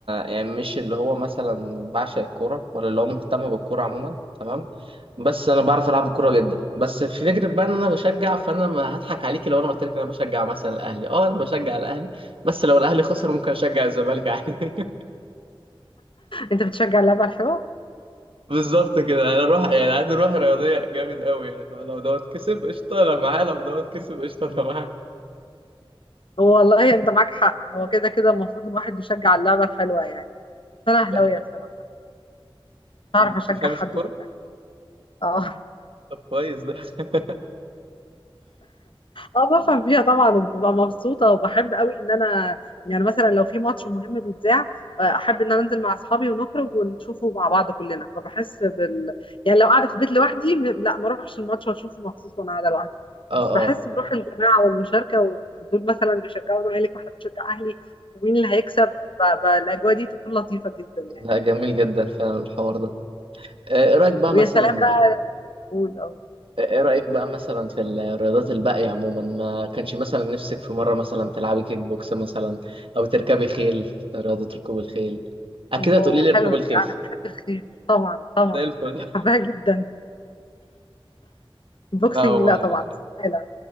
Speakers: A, on the right (about 70°); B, on the left (about 65°).
A: يعني مش اللي هو مثلا بعشق الكوره ولا اللي هو مهتم بالكوره عموما تمام بس انا بعرف العب الكوره جدا بس في فكره بقى ان انا بشجع فانا ما هضحك عليكي لو انا قلت لك انا بشجع مثلا الاهلي اه انا بشجع الاهلي بس لو الاهلي خسر ممكن اشجع الزمالك عادي <laughs>
B: انت بتشجع اللعبه الحلوه
A: بالظبط كده انا روح يعني عندي روح رياضيه جامد قوي يعني لو لو دوت كسب قشطه انا معاه لو دوت كسب قشطه انا معاه
B: هو والله انت معاك حق هو كده كده المفروض الواحد يشجع اللعبه الحلوه يعني بس انا اهلاويه
A: ده حقيقي
B: الصراحه مش
A: وبتفهمي
B: هعرف اشجع حد
A: في الكوره
B: غير الاهلي اه
A: طب كويس ده <laughs>
B: اه بفهم فيها طبعا وببقى مبسوطه وبحب قوي ان انا يعني مثلا لو في ماتش مهم بيتذاع آه، احب ان انا انزل مع اصحابي ونخرج ونشوفه مع بعض كلنا فبحس بال يعني لو قاعده في البيت لوحدي م... لا ما اروحش الماتش واشوفه مخصوص وانا قاعده لوحدي
A: اه
B: بس بحس
A: اه
B: بروح الجماعه والمشاركه وان دول مثلا بيشجعوا زمالك واحنا بنشجع اهلي ومين اللي هيكسب ف- ف- الاجواء دي تكون لطيفه جدا يعني
A: لا جميل جدا فعلا الحوار ده آه، ايه رأيك بقى
B: ويا
A: مثلا
B: سلام بقى قول اه
A: ايه رأيك بقى مثلا في الرياضات الباقية عموما ما كانش مثلا نفسك في مرة مثلا تلعبي كيك بوكس مثلا او تركبي خيل رياضة ركوب الخيل اكيد
B: الله
A: هتقولي لي
B: حلوه
A: ركوب الخيل
B: دي انا بحب الخيل طبعا طبعا
A: زي الفل
B: بحبها جدا البوكسنج
A: لا هو
B: لا طبعا استحالة